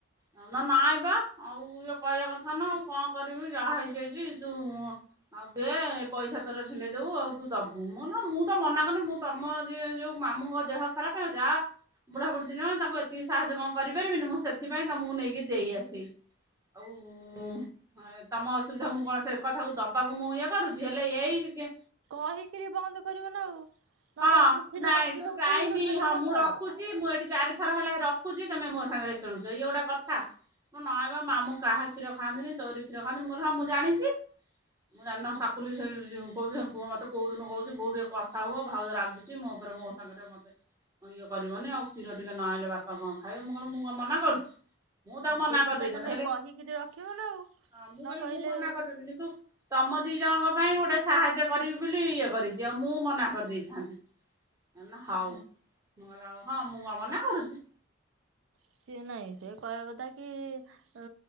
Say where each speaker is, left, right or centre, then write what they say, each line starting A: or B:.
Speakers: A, on the right (about 15°); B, on the right (about 75°).
A: ଆଉ ନା ନାଇଁ ପା ଆଉ ଇଏ କହିବା କଥା ନା କଣ କରିବୁ ଯାହା ହେଇଚି ହେଇଚି ତୁ ଆଉ ଦେ ପଇସା ତୋର ଛିଣ୍ଡେଇ ଦୋବୁ ଆଉ ତୁ ଦୋବୁ ମୁଁ କହିଲି ହଁ ମୁଁ ତ ମନା କରନି ମୁଁ ତମରି ଇଏ ଯୋଉ ମାମୁଁଙ୍କ ଦେହ ଖରାପେ ଯା ବୁଢାପୁଢୀ ଦିଇଜଣ ତାଙ୍କୁ ଏତିକି ସାହାଯ୍ୟ କଣ କରିପାରିବିନି ମୁଁ ସେଥିପାଇଁ ତମକୁ ନେଇକି ଦେଇ ଆସେଇ। ଆଉ ଏଁ ତମ ଅସୁବିଧା ମୁଁ କଣ ସେ କଥାକୁ ଦବାକୁ ମୁଁ ଇଏ କରୁଚି ହେଲେ ଏଇ ଗି ଗେ
B: କହିକିରି ବନ୍ଦ କରିବ ନା ଆଉ। ନ
A: ହଁ
B: କହିକି ମୁଁ କ୍ଷୀର
A: ନାଇଁ
B: ରଖି
A: ତୁ
B: ଦଉଥିବି
A: ଟାଇମିଁ
B: ସେଠୁ ବେକାର
A: ହଁ
B: ନଷ୍ଟ
A: ମୁଁ ରଖୁଚି
B: ହବ।
A: ମୁଁ ଏଠି ଚାରି ଦିଇଥର ହେଲା ରଖୁଚି ତମେ ମୋ ସାଙ୍ଗରେ ଖେଳୁଚ ଇଏ ଗୋଟେ କଥା। ତୁ ନଆଗ ମାମୁଁ କାହା କ୍ଷୀର ଖାନ୍ତିନି ତୋରି କ୍ଷୀର ଖାନ୍ତି ମୁଁ କିହିଲି ହଁ ମୁଁ ଜାଣିଚି। ମୁଁ ଜାଣିନ
B: ହୁଁ
A: ସାକୁଲି ସେଇ ଯୋଉ କୋହୁଚନ୍ତି ପୁଅ ମତେ କୋଉ ଦିନୁ କହୁଚି ବୋଉ ଟିକେ କଥା ହୁଅ। ଭାଉଜ ରାଗି ଚି ମୋ ଉପରେ ମୋ ସାଙ୍ଗରେ ମୋତେ ଇଏ କରିବନି ଆଉ କ୍ଷୀର ଟିକେ ନଆଇଲେ ବାପା କଣ ଖାଇବେ ମୁଁ କିହିଲି ମୁଁ କଣ ମନା କର ଢିଚି। ମୁଁ ତାକୁ ମନା
B: ସେଇ କଥା
A: କରିଦେଇଥାନ୍ତି
B: ତମେ
A: ହେଲେ
B: କହିକିରି ରଖିବ ନା ଆଉ
A: ହଁ ମୁଁ
B: ନ
A: କହିଲି
B: କହିଲେ
A: ମୁଁ ମନା କରିଦେଇଥିଲି ତୁ ତମ ଦିଇ ଜଣଙ୍କ ପାଇଁ ଗୋଟେ ସାହାଯ୍ୟ କରିବି ବୋଲି ଇଏ କରିଚି ଆଉ ମୁଁ ମନା କରିଦେଇଥାନ୍ତି। ଏ ନା ହୋଉ
B: ହୁଁ
A: ମୁଁ କହିଲି ଆଉ ହଁ ମୁଁ କଣ ମନା କରୁଚି।
B: ସିଏ ନାଇଁ ସେ କହିବା କଥା କି